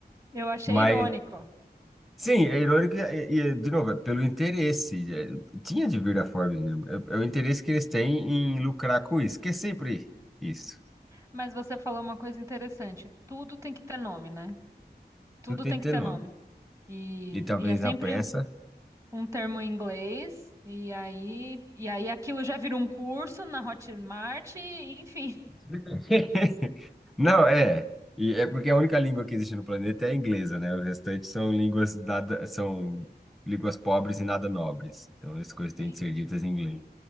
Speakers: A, on the right; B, in the centre.
A: Eu achei
B: Mas.
A: irônico,
B: Sim, é irônico, e, e, de novo, é pelo interesse. é, tinha de vir da Forbes mesmo. É, é o interesse que eles têm em lucrar com isso, que é sempre isso.
A: mas você falou uma coisa interessante, tudo tem que ter nome, né? Tudo
B: Tudo tem
A: tem
B: que
A: que
B: ter
A: ter
B: nome.
A: nome. E,
B: E talvez
A: e é sempre.
B: na pressa.
A: um termo em inglês, e aí, e aí aquilo já virou um curso na Hotmart, e enfim,
B: <laughs> Não, é. E é porque a única língua que existe no planeta é a inglesa, né? Os restantes são línguas nada, são línguas pobres e nada nobres. Então as coisas têm
A: sim.
B: de ser ditas em inglês.